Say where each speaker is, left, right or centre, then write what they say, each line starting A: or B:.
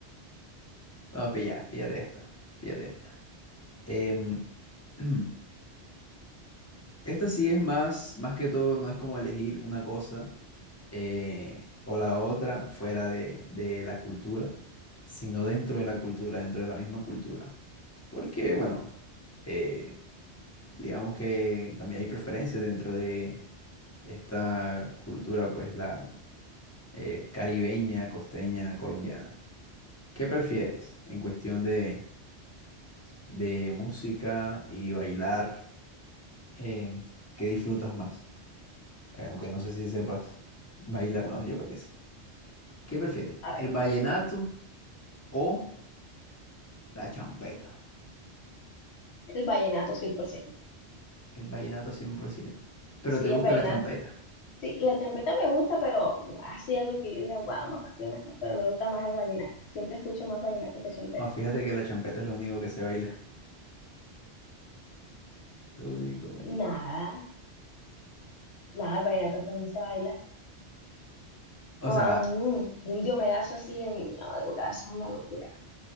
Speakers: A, on the left; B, on the left.
A: Bueno, pilla, píllate esta, píllate esta. Em, <clears throat> esta sí es más, más que todo, no es como elegir una cosa eh, o la otra fuera de, de la cultura, sino dentro de la cultura, dentro de la misma cultura. Porque, bueno, eh, digamos que también hay preferencias dentro de esta cultura, pues la eh, caribeña, costeña, colombiana. ¿Qué prefieres en cuestión de, de música y bailar? eh, ¿qué disfrutas más? Eh, aunque no sé si sepas bailar, bueno, yo creo que sí. ¿Qué prefieres?
B: A ver,
A: ¿El vallenato o la champeta?
B: el vallenato cien por ciento
A: El vallenato 100%. Pero
B: Sí,
A: te gusta
B: el vallenato.
A: la champeta.
B: Sí, la champeta me gusta, pero así algo que yo diga, wow, me apasiona, no, pero me gusta más el vallenato. Siempre escucho más vallenato que champeta.
A: Ah, fíjate que la champeta es lo único que sé bailar. <laughs> Lo único, marica.
B: Nada, nada, el vallenato también se baila.
A: O
B: Guau,
A: sea,
B: mm, un diomedazo así en la madrugada, eso es una locura.